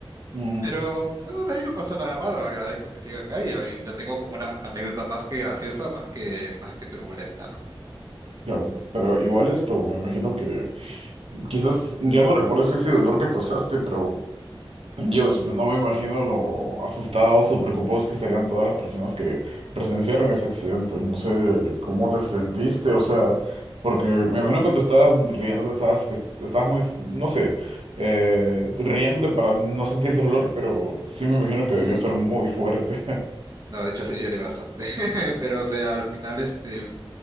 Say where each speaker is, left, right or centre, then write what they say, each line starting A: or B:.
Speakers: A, on the right; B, on the right.
A: ujú,
B: Pero no, de ahí no pasó nada malo. Agradezco que siga acá y, y lo tengo como una anécdota más que graciosa, más que, más que turbulenta, ¿no?
A: claro. Pero igual esto, me imagino que quizás ya no recuerdes ese dolor que pasaste, pero Dios, no me imagino lo asustados o preocupados que estarían todas las personas que presenciaron ese accidente. No sé cómo te sentiste, o sea, porque me imagino que te estabas riendo, te estabas, que te estabas muy, no sé, eh, riéndote para no sentir dolor, pero sí me imagino
B: <laughs>
A: que debió ser muy fuerte. <laughs>
B: No, de hecho sí lloré bastante. <laughs> Pero, o sea, al final, este,